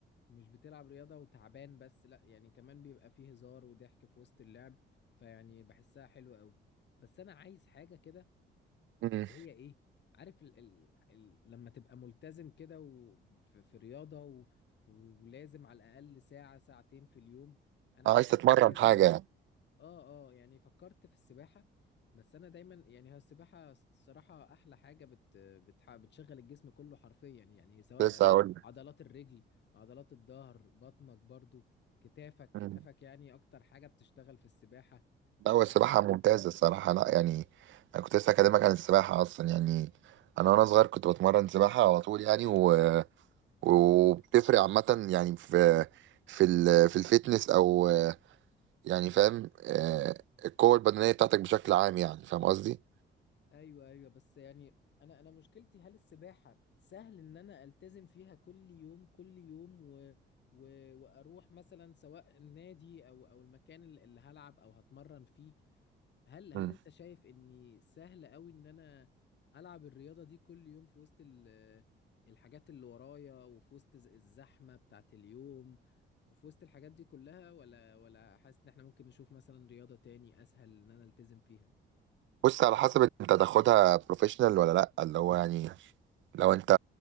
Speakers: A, on the left (about 60°); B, on the right (about 70°).
A: مش بتلعب رياضة وتعبان بس لأ يعني كمان بيبقى فيه هزار وضحك في وسط اللعب فيعني بحسها حلوة قوي بس أنا عايز حاجة كده
B: مم.
A: اللي هي ايه عارف ال ال ال لما تبقى ملتزم كده وفي في رياضة و ولازم على الأقل ساعة ساعتين في اليوم أنا
B: عايز
A: أنا
B: تتمرن
A: عملت حاجة زي
B: حاجه
A: دي
B: يعني
A: اه اه يعني فكرت في السباحة بس أنا دايما يعني هو السباحة الصراحة أحلى حاجة بت بتح بتشغل الجسم كله حرفيا يعني سواء
B: لسه هقول
A: عضلات الرجل عضلات الظهر بطنك برضو كتافك كتافك
B: لك
A: يعني أكتر حاجة بتشتغل في السباحة
B: لا
A: آه،
B: هو السباحة ممتازة الصراحة لا يعني أنا كنت لسه أكلمك عن السباحة أصلا يعني أنا وأنا صغير كنت بتمرن سباحة على طول يعني و... وبتفرق عامة يعني في في ال... في الفيتنس أو يعني فاهم آه، القوة البدنية بتاعتك بشكل عام يعني فاهم قصدي؟
A: ايوه ايوه بس يعني انا انا مشكلتي هل السباحه سهل ان انا التزم فيها كل يوم كل يوم و... و... واروح مثلا سواء النادي او او المكان اللي اللي هلعب او هتمرن فيه هل هل
B: مم.
A: انت شايف اني سهل قوي ان انا العب الرياضه دي كل يوم في وسط ال... الحاجات اللي ورايا وفي وسط الز- الزحمه بتاعت اليوم وفي وسط الحاجات دي كلها ولا ولا حاسس ان احنا ممكن نشوف مثلا رياضه تاني اسهل ان انا التزم فيها
B: بص على حسب أنت تاخدها بروفيشنال ولا لأ اللي هو يعني لو أنت